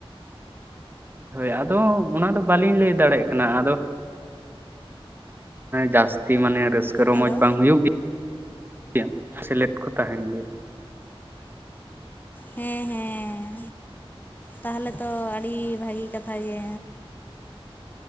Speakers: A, on the right; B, on the left.
A: ᱦᱳᱭ ᱟᱫᱚ ᱚᱱᱟᱫᱚ ᱵᱟᱟᱹᱞᱤᱧ ᱞᱟᱹᱭ ᱫᱟᱲᱮᱭᱟᱜ ᱠᱟᱱᱟ ᱟᱫᱚ ᱡᱟᱹᱥᱛᱤ ᱢᱟᱱᱮ ᱨᱟᱹᱥᱠᱟᱹ ᱟᱹᱥ ᱨᱚᱢᱚᱡᱽ
B: ᱦᱮᱞᱳ
A: ᱵᱟᱝ ᱦᱩᱭᱩᱜ ᱜᱮᱭᱟ ᱥᱮᱞᱮᱫ ᱠᱚ ᱛᱟᱦᱮᱱ ᱜᱮᱭᱟ
B: ᱦᱮᱸ ᱦᱮᱸ ᱛᱟᱦᱚᱞᱮ ᱛᱚ ᱟᱹᱰᱤ ᱵᱷᱟᱹᱜᱮ ᱠᱟᱛᱷᱟ ᱜᱮ